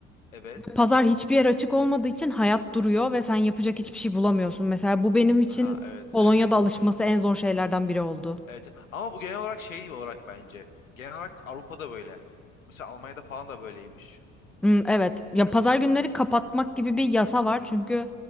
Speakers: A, on the left; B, in the centre.
A: Evet.
B: Pazar hiçbir yer açık olmadığı için hayat duruyor ve sen yapacak hiçbir şey bulamıyorsun. Mesela bu benim için
A: Aha evet.
B: Polonya'da
A: <laughs>
B: alışması en zor şeylerden biri oldu.
A: Evet. Ama bu genel olarak şey olarak bence. Genel olarak Avrupa'da böyle. Mesela Almanya'da falan da böyleymiş.
B: Hmm, evet. Ya pazar günleri kapatmak gibi bir yasa var çünkü